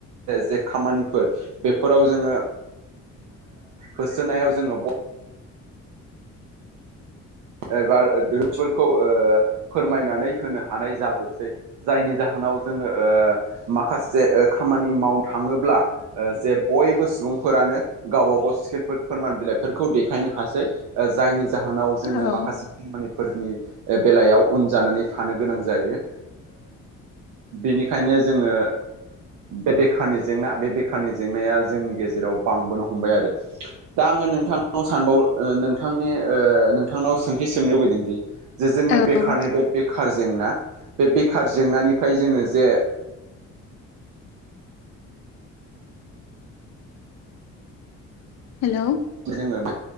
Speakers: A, on the right (about 80°); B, on the left (about 60°).
A: जे खामानिफोर बेफोराव जोङो होसोनायाव जोङो एबाफोरखौ फोरमायनानै होनो हानाय जाजोबसै जायनि जाहोनाव जोङो माखासे खामानि मावनो थाङोब्ला जे बयबो सुबुंफोरानो गावबा गाव स्किलफोर फोरमान बिलाइफोरखौ देखायनो हासै जायनि जाहोनाव जोङो
B: औ
A: माखासे खामानिफोरनि बेलायाव उन जानानै थानो गोनां जायो बेनिखायनो जोङो बे बेखारनि जेंना बे बेखारनि जेंनाया जोंनि गेजेराव बांबोनो हमबाय आरो दा आङो नोंथांनाव सानबाव नोंथांनि ओ बिथांनाव सोंथि सोंनो लुबैदोंदि जे जोंनि
B: औ
A: बेखारनि बे बेखार जेंना बे बेखार जेंनानिफ्राय जोङो जे
B: हेल'
A: जोङो